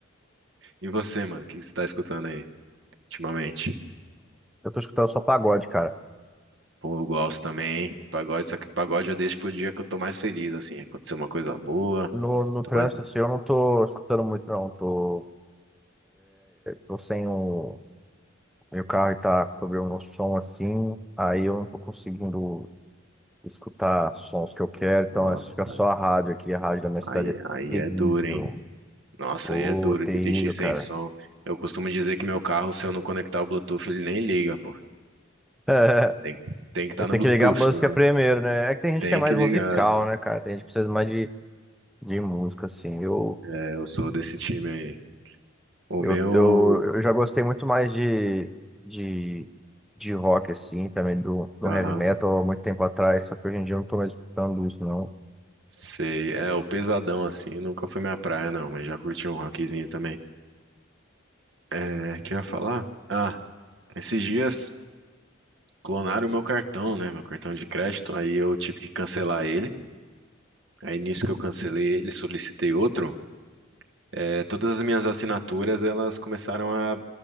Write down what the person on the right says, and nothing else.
E você, mano, o que que você tá escutando aí ultimamente?
Pô, eu gosto também, hein? pagode, só que pagode eu deixo pro dia que eu tô mais feliz, assim, aconteceu uma coisa boa,
tô
mais...
Nossa,
Aí,
aí
é duro, hein? Nossa,
aí é duro
dirigir sem
som. Eu costumo dizer que meu carro, se eu não conectar o Bluetooth, ele nem liga, pô.
Tem, tem que estar
no Bluetooth,
senão
tem
que ligar.
É, eu sou desse time aí. O
meu.
Aham,
sei. É, o pesadão, assim, nunca foi minha praia, não, mas já curti um rockzinho também. É, que eu ia falar? Ah, esses dias clonaram o meu cartão, né? Meu cartão de crédito, aí eu tive que cancelar ele. Aí nisso que eu cancelei ele, solicitei outro. É, todas as minhas assinaturas, elas começaram a